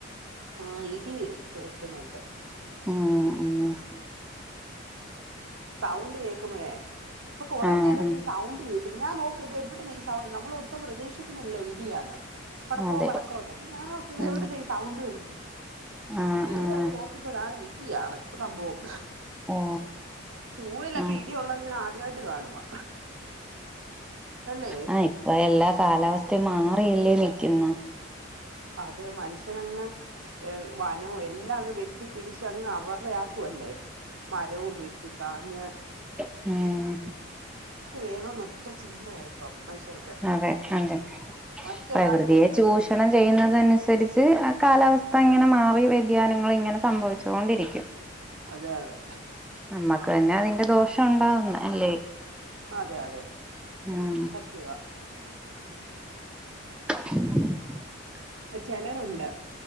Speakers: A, on the right; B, in the centre.
A: ആഹ ഇടി വെട്ടുന്നുണ്ട്
B: ഉം ഉം
A: സൗണ്ട് കേക്കുമ്പോഴേ അപ്പ കൊറെ
B: ആഹ്
A: നേരട്ട്
B: ആഹ്
A: ഈ സൗണ്ട് ഞാൻ നോക്ക ഇത് എവിടന്ന് ഈ സൗണ്ട് നമ്മൾ ഒട്ടും പ്രതീക്ഷിക്കുന്നല്ലോ ഇടിയാണ് പടക്കോ
B: അതെ
A: പടക്കോന്ന് അപ്പോ ഞാൻ ഓർത്ത്
B: ഉം
A: എവിടന്ന് ഈ സൗണ്ട് വരുന്നന്ന്
B: ആഹ്
A: വെളി
B: ആഹ്
A: വെന്ന് നോക്കിയപ്പോതാണ് ഇടിയാണ് സംഭവം
B: ഓ
A: ജൂണിലൊക്കെ
B: ആഹ്
A: ഇടിയുള്ളെ ഞാൻ ആദ്യമായിട്ട് കാണുവാ അല്ലേ
B: ആഹ ഇപ്പൊ എല്ലാ കാലാവസ്ഥയും മാറിയല്ലേ നിക്കുന്നേ
A: അത് മനുഷ്യനങ്ങ് വ എല്ലാം അങ് വെട്ടിപ്പിടിച്ച് അങ്ങ് അവരുടെയാക്കും അല്ലേ മരവും വെട്ടിക്കളഞ്ഞ്
B: ആഹ
A: വേണം എന്ന് ഒറ്റ ചിന്തയ ഇപ്പ മനുഷ്യർക്ക്
B: അതെ അതെ
A: മറ്റൊരാൾ
B: പ്രകൃതിയെ
A: രക്ഷപ്പെടരുത്
B: ചൂഷണം ചെയ്യുന്നത അനുസരിച്ച് കാലാവസ്ഥ അങ്ങനെ മാറി വ്യതിയാനങ്ങൾ ഇങ്ങനെ സംഭവിച്ചുകൊണ്ടിരിക്കും
A: അതെ അതെ
B: നമ്മക്ക് തന്നെ അതിന്റെ ദോഷം ഉണ്ടാവുന്ന അല്ലേ
A: അതെ അതെ
B: ആ
A: സത്യവാ
B: <inaudible>
A: ചിലരുണ്ട്